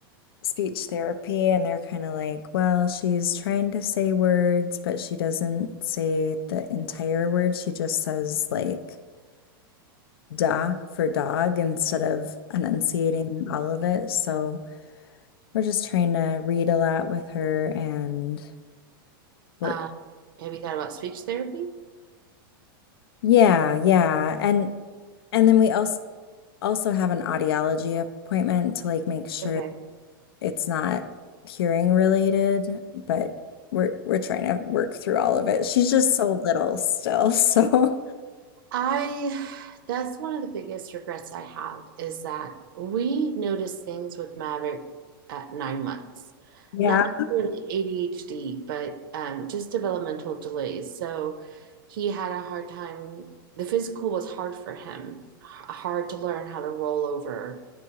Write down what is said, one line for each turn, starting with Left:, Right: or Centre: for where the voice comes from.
Left: speech therapy and they're kind of like, well, she's trying to say words, but she doesn't say the entire word. She just says like da for dog instead of enunciating all of it. So we're just trying to read a lot with her and work.
Right: Um, have you thought about speech therapy?
Left: Yeah, yeah. And and then we also also have an audiology appointment to like make sure
Right: Okay.
Left: it's not hearing related, but we're we're trying to work through all of it. She's just so little still, so
Right: I, that's one of the biggest regrets I have is that we noticed things with Maverick at nine months,
Left: <laughs> Yeah.
Right: not necessarily ADHD, but um, just developmental delays. So he had a hard time, the physical was hard for him, hard to learn how to roll over.